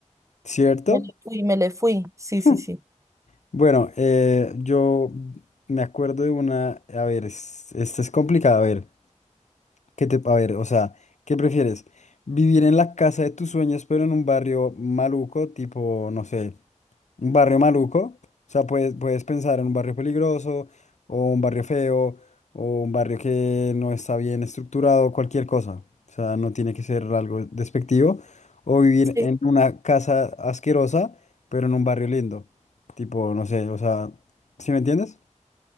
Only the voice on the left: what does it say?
¿Cierto?
<laughs>
Bueno, eh, yo me acuerdo de una, a ver, es- esta es complicada, a ver. ¿Qué te, a ver, o sea, ¿qué prefieres? ¿Vivir en la casa de tus sueños, pero en un barrio maluco, tipo, no sé, un barrio maluco? O sea, puedes, puedes pensar en un barrio peligroso, o un barrio feo, o un barrio que no está bien estructurado, cualquier cosa. O sea, no tiene que ser algo despectivo. O vivir
en una casa asquerosa, pero en un barrio lindo. Tipo, no sé, o sea, ¿sí me entiendes?